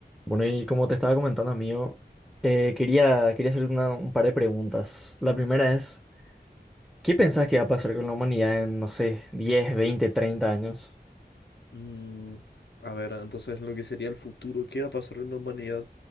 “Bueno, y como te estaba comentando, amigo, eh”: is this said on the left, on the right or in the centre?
Centre